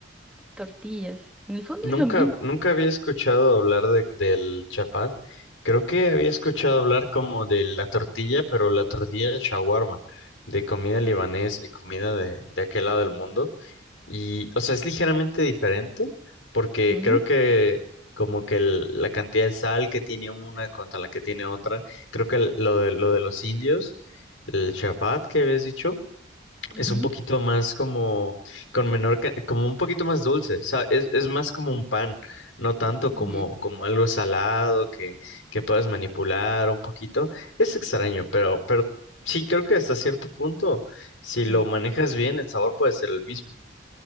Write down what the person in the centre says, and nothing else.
tortillas. En el fondo
es lo mismo.
Ujú,
ujú,
ujú,
ujú.